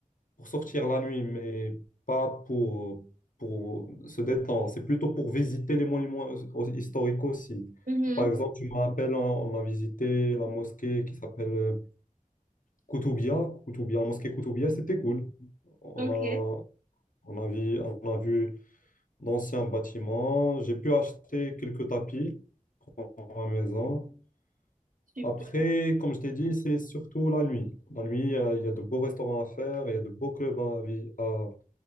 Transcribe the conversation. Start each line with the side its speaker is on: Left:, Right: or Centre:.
Left: pour sortir la nuit, mais pas pour, pour se détendre. C'est plutôt pour visiter les monuments his- historiques aussi.
Right: Mhm.
Left: Par exemple, je me rappelle, on, on a visité la mosquée qui s'appelle euh, Koutoubia. Koutoubia, la mosquée Koutoubia, c'était cool. On
Right: Ok,
Left: a, on a vu, on a vu d'anciens bâtiments. J'ai pu acheter quelques tapis pour ma maison.
Right: super.
Left: Après, comme je t'ai dit, c'est surtout la nuit. La nuit, il y a, il y a de beaux restaurants à faire, il y a de beaux clubs à, vi- à